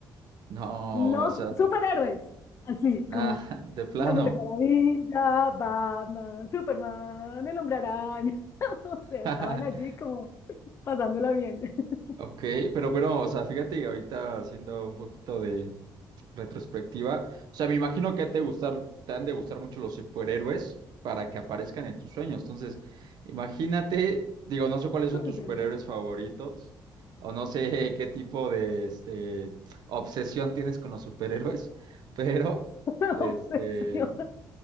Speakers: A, on the right; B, on the left.
A: No,
B: Los
A: o sea,
B: superhéroes, así
A: nada,
B: como
A: de plano.
B: la Mujer Maravilla, Batman, Superman, el Hombre Araña. <laughs> O sea,
A: <laughs>
B: estaban allí como pasándola bien. <laughs>
A: Ok, pero, pero, o sea, fíjate que ahorita haciendo un poquito de retrospectiva, o sea, me imagino que te gustar, te han de gustar mucho los superhéroes para que aparezcan en tus sueños. Entonces, imagínate, digo, no sé cuáles son tus
B: Es
A: superhéroes
B: verdad.
A: favoritos, o no sé <laughs> qué tipo de este obsesión tienes con los superhéroes, <laughs> pero
B: <laughs>
A: este,
B: obsesión,